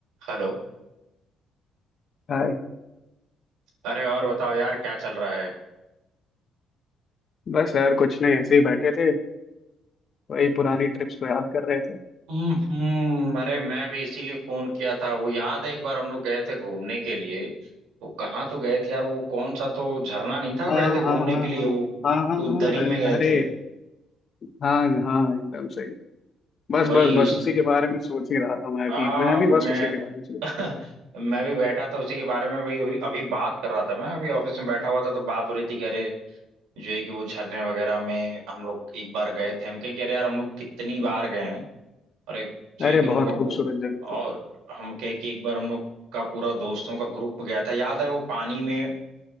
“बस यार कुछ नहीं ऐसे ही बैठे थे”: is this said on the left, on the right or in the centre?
Left